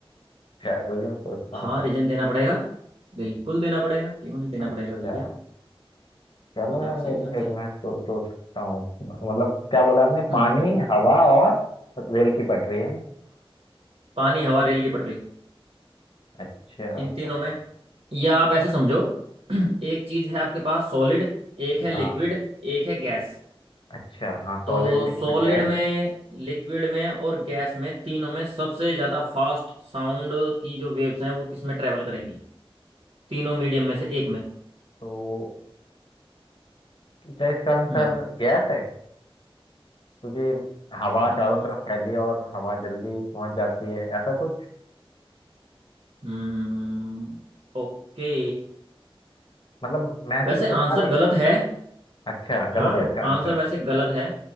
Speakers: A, on the left; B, on the right.
A: अच्छा रीजन सोचता
B: हाँ
A: हूँ मैं।
B: रीजन देना पड़ेगा बिल्कुल देना पड़ेगा क्यों नहीं देना
A: अच्छा
B: पड़ेगा भैया
A: चलो
B: बताओ
A: यार मैं
B: सही
A: एक,
B: आंसर
A: एक मैं सो, सोचता हूँ मतलब क्या बोला आपने पानी
B: हम्म
A: हवा और रेल की पटरी है
B: पानी हवा रेल की पटरी
A: अच्छा
B: इन तीनों
A: पानी
B: में या आप ऐसे समझो <clears throat> एक चीज है आपके पास सॉलिड एक है
A: हाँ
B: लिक्विड एक है गैस
A: अच्छा हाँ सॉलिड
B: तो
A: लिक्विड
B: सॉलिड
A: गैस
B: में लिक्विड में और गैस में तीनों में सबसे ज्यादा फास्ट साउंड की जो वेव्स हैं वो किस में ट्रेवल करेंगी तीनों
A: तो,
B: मीडियम में से एक में
A: तो क्या इसका आंसर
B: हम्म
A: गैस है क्योंकि हवा चारों
B: Hmm
A: तरफ फैली है और हवा जल्दी पहुंच जाती है ऐसा कुछ
B: hmm, okay
A: मतलब मैं
B: वैसे
A: सिर्फ तुक्का
B: आंसर
A: लग
B: गलत है
A: अच्छा
B: हाँ
A: गलत है इसका आंसर
B: आंसर वैसे गलत है